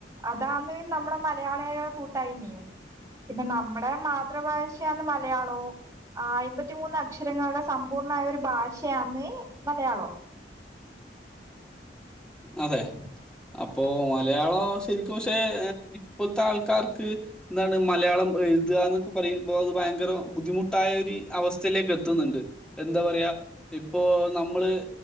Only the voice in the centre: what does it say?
അതെ അപ്പോ മലയാളം ശരിക്കും പക്ഷെ ഇപ്പൊത്തെ ആൾക്കാർക്ക് ന്താണ് മലയാളം എഴുതാ ന്നൊക്കെ പറയുമ്പോ അത് ഭയങ്കര ബുദ്ധിമുട്ടായ ഒരി അവസ്ഥയിലേക്ക് എത്ത്ന്നുണ്ട് എന്താ പറയാ ഇപ്പൊ നമ്മള്